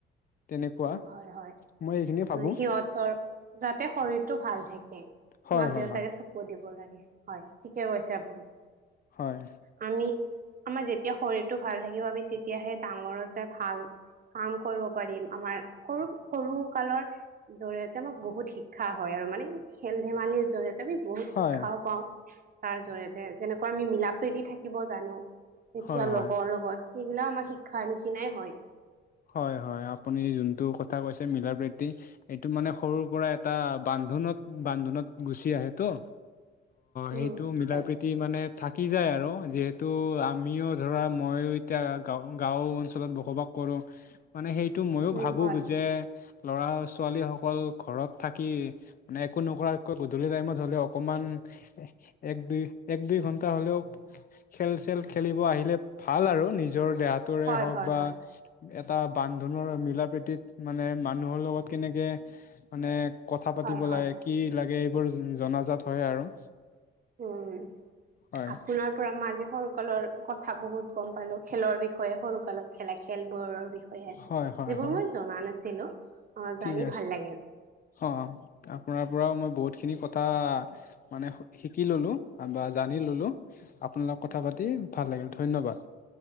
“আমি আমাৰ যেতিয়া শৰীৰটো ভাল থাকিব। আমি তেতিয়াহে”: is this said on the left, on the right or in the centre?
Right